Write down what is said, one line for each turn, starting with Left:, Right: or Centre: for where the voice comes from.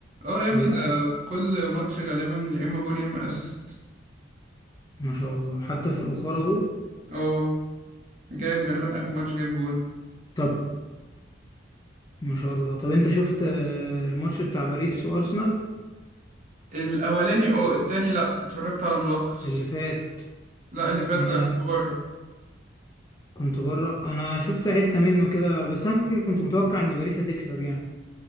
Right: اه يا ابني
Left: ولا
Right: ده
Left: قاعد؟
Right: في كل ماتش غالبا يا اما جون يا اما اسيست
Left: ما شاء الله حتى في الأخرى دول
Right: اه جايب غالبا اخر ماتش جايب جون
Left: طب ما شاء الله طب انت شفت آه، الماتش بتاع باريس وارسنال
Right: الاولاني اه التاني لا اتفرجت على الملخص
Left: اللي فات
Right: لا اللي فات
Left: انا
Right: لا كنت بره
Left: كنت بره انا شفت حتة منه كده بس انا كده كنت متوقع ان باريس هتكسب يعني